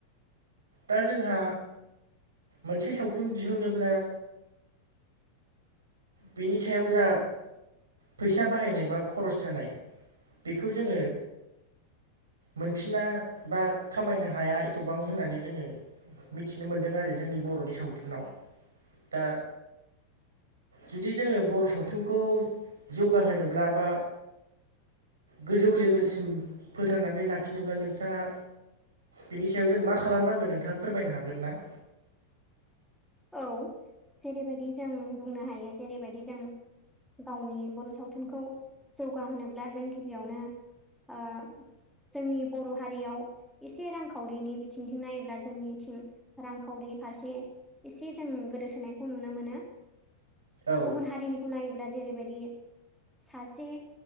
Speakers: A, on the right (about 70°); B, in the centre.
A: दा जोंहा मोनसे सावथुन दिहुनोब्ला- बिनि सायाव जा फैसा बाहायनाय बा खरस जानाय- बेखौ जोंङो। मोनफिना बा खामायनो हाया एथ'बां होननानै जोंङो मिथिनो मोनदों आरो जोंनि बर'नि सावथुनाव दा जुदि जोंङो बर' सावथुनखौ जौगाहोनोब्ला बा गोजौ लेभेलसिम फोथांनानै लाखिनोब्ला नोंथांङा बिनि सायाव जों मा खालामनांगोन नोंथाङा फोरमायनो हागोन ना?
B: औ जेरैबायदि जों बुंनो हायो जेरैबायदि जों गावनि बर' सावथुनखौ जौगाहोनोब्ला जों गिबियावनो ओ जोंनि बर' हारियाव एसे रांखावरिनि बिथिंथिं नायोब्ला जोंनिथिं रांखावरि फारसे एसे जों गोदोसोनायखौ नुनो मोनो
A: औ
B: गुबुन हारिनि खौ नायोब्ला जेरैबायदि सासे